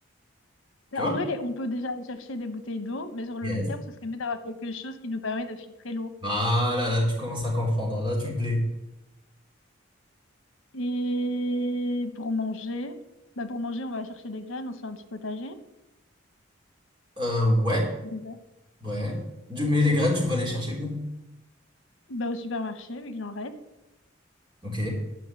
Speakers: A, on the right; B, on the left.
A: Tu
B: en
A: vois?
B: vrai, les- on peut déjà aller chercher des bouteilles d'eau, mais sur
A: Yes.
B: le long terme, ce serait mieux d'avoir quelque chose qui nous permet de filtrer l'eau.
A: Bah là, là, tu commences à comprendre. Là, tu me plais.
B: Et pour manger, bah pour manger, on va chercher des graines, on se fait un petit potager.
A: Euh, ouais,
B: déjà?
A: ouais. Du- mais les graines, tu vas les chercher où?
B: Bah, au supermarché, vu qu'il en reste.
A: Ok,